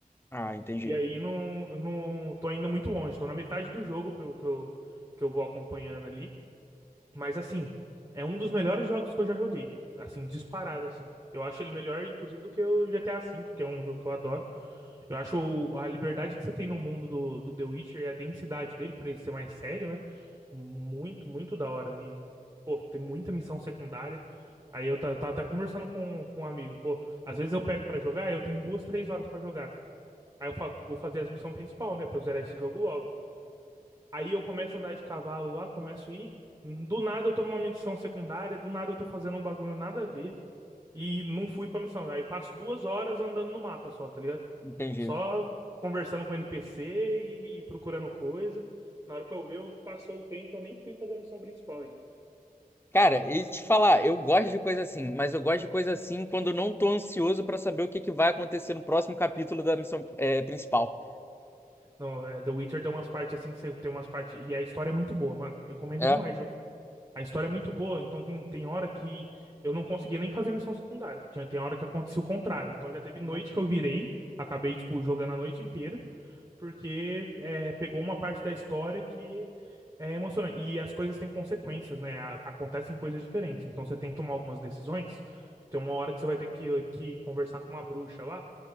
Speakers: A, on the left; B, on the right.
A: Ah, entendi.
B: E aí não, não tô ainda muito longe, tô na metade do jogo pelo que eu, que eu vou acompanhando ali. Mas assim, é um dos melhores jogos que eu já joguei. Assim, disparado, assim. Eu acho ele melhor, inclusive, do que o GTA V, que é um jogo que eu adoro. Eu acho o- a liberdade que você tem no mundo do, do The Witcher e a densidade dele, por ele ser mais sério, né? Muito, muito da hora. E, pô, tem muita missão secundária. Aí eu tava, tava até conversando com, com um amigo. Pô, às vezes eu pego pra jogar, eu tenho duas, três horas pra jogar. Aí eu falo que vou fazer as missões principal, né? Pra eu zerar esse jogo logo. Aí eu começo a andar de cavalo lá, começo a ir. Do nada eu tô numa missão secundária, do nada eu tô fazendo um bagulho nada a ver. E não fui pra missão. Aí passo duas horas andando no mapa só, tá ligado?
A: Entendi.
B: Só conversando com NPC e, e procurando coisa. Na hora que eu ver, eu passou o tempo, eu nem fui fazer a missão principal ainda.
A: Cara, e te falar, eu gosto de coisa assim, mas eu gosto de coisa assim quando eu não tô ansioso pra saber o que que vai acontecer no próximo capítulo da missão é, principal.
B: Não, é, The Witcher tem umas partes assim que você tem umas partes. E a história é muito boa, mano. Recomendo
A: É?
B: demais jogar. A história é muito boa, então tem, tem hora que eu não conseguia nem fazer missão secundária. Tinha, tem hora que acontecia o contrário. Então já teve
A: Uhum.
B: noite que eu virei, acabei, tipo, jogando a noite inteira, porque é, pegou uma parte da história que é emocionante. E as coisas têm consequências, né? A- acontecem coisas diferentes. Então você tem que tomar algumas decisões. Tem uma hora que você vai ter que, que conversar com uma bruxa lá,